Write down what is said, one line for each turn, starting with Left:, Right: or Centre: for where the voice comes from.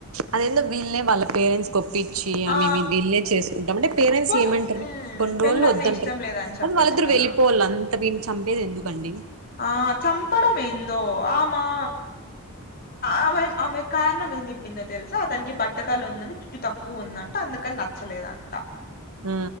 Right: అదేందో వీళ్ ఏ వాళ్ పేరెంట్స్ కొప్పించి అమె
Left: ఆ
Right: ఇ దిల్ చేసుకుంటాం అంటే పేరెంట్స్
Left: పోనీ
Right: ఏమంటారు
Left: ఉమ్
Right: కొన్ని
Left: పెళ్ళన్న
Right: రోజులు వద్దంటరు
Left: ఇష్టం లేదని చెప్పచ్చు
Right: కానీ వాళ్ళిద్దరు
Left: కదా
Right: వెళ్ళిపోవాలి అంత విని చంపేది ఎందుకండి
Left: ఆ చపడం ఏందో ఆమా ఆమె ఆమె కారణం ఏం చెప్పిందో తెలుసా అతనికి బట్టతలు ఉందని జుట్టు తక్కు క్కువ ఉందంటే అందుకని నచ్చలేదంట
Right: ఊ